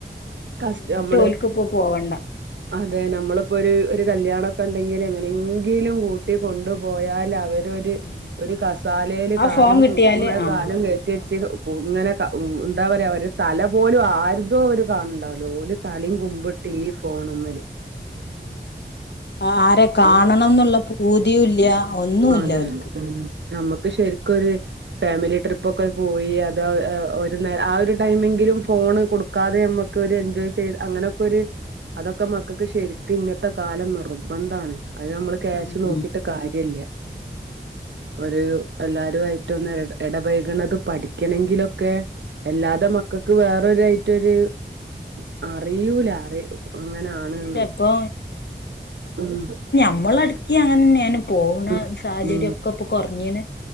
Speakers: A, on the right (about 75°); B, on the left (about 65°).
A: കസ്
B: എങ്ങട്ടും
A: ഞമ്മള്
B: ഓൽക്ക് ഇപ്പോ പോവണ്ട
A: അതെ ഞമ്മള്പ്പോര് ഒരു കല്യാണൊക്കെ ണ്ടെങ്കില് എങ്ങനെങ്കിലും കൂട്ടി കൊണ്ടു പോയാല് അവ ടോര്
B: ആഹ്
A: ഒര് കസാലേല്
B: ആ
A: കാലും
B: ഫോൺ കിട്ടിയാല്
A: മേൽ
B: ആഹ്
A: കാലും കേറ്റ്യച്ച്
B: സംഭവം
A: ങ്ങനെ ക എന്താ പറയാ ഒരു തല പോലും ആരുതും അവര് കാണ് ണ്ടാവ് ല്ല ഓല് തലയും കുമ്പിട്ട് ഈ ഫോണ് മല്
B: അഹ് ആരെ കാണണം
A: നമ്മള്.
B: ന്നുള്ള പൂതിയും ഇല്ല ഒന്നും ഇല്ല
A: അതെ
B: ഓലിക്ക്‌
A: ഉം നമ്മക്ക് ശരിക്ക്‌ ഒരു ഫാമിലി ട്രിപ്പ് ഒക്കെ പോയി അതാ ഏ ഒരു നേരം ആ ഒരു ടൈമെങ്കിലും ഫോണ് കൊടുക്കാതെ അമ്മ ക്കൊരു എൻജോയ് ചെയ്ത അങ്ങനൊക്കെ ഒരു അതൊക്കെ മക്കക്ക്‌ ശരിക്കും ഇന്നത്തെ കാലം നിർബന്ധ ആണ് അയ് നമ്മള് ക്യാഷ്
B: ഉം
A: നോക്കിട്ട് കാര്യ ഇല്ല ഒരു എല്ലാരും ആയിട്ട് ഒന്ന് ഇട ഇടപഴകണത് പഠിക്കണെങ്കിലൊക്കെ അല്ലാതെ മ ക്കക്ക്‌ വേറൊരു ആയിട്ട് ഒരു ഉം അറിയൂല അറി അങ്ങനാണ്ന്ന്
B: അറിയില്ല ഇപ്പൊ
A: ഉം
B: നമ്മള്ടിക്ക്യങ്ങനന്നെ എന്ന് പോണ
A: ഉം
B: സാഹചര്യക്കെ
A: ഉം
B: ഇപ്പൊ കൊറഞ്ഞീണ്